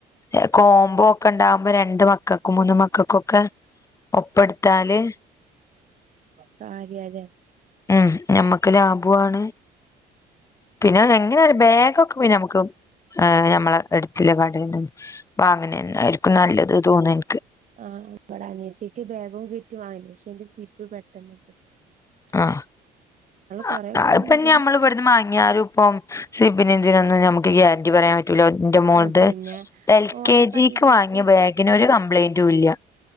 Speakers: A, on the left; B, on the right.
A: ഏഹ് കോമ്പോ ണ്ടാവുമ്പോ രണ്ട് മക്കക്കും മൂന്ന് മക്കക്കുംക്കെ ഒപ്പട്ത്താല്
B: ചാര്യാ ലെ
A: ഉം ഞമ്മക്ക് ലാഭും ആണ് പിന്നെ എങ്ങനെ ഒരു ബാഗൊക്കെ പിന്ന നമുക്ക് നമ്മളെ എടുത്ത് ല്ലെ കടേന്ന് വാങ്ങ്നന്നായിരിക്കും നല്ലത് തോന്ന ഇൻക്ക്
B: ആഹ് ഇവടെ അനിയത്തിക്ക് ബാഗും കിറ്റും വാങ്ങ്ചീൻ്റെ സിബ് പെട്ടെന്ന് പോ
A: ആഹ്
B: കൊറെയൊക്കെ
A: അത്
B: നിന്ന്ക്ക്ണ്
A: ഇപ്പൊ നമ്മൾ ഇവട്ന്ന് വാ ഇനി ആരും ഇപ്പം സി പിനന്ദതിനൊന്ന് നമുക്ക് ഗ്യാരന്റി പറയാൻ പ <unintelligible> ന്റെമോൾത്
B: ആ പിന്നെ
A: എൽ
B: ഓരെ
A: കെ
B: കയ്യിലിരിക്കും
A: ജിക്ക് വാങ്ങിയ ബാഗിന് ഒരു കംപ്ലൈയിന്റും ഇല്ല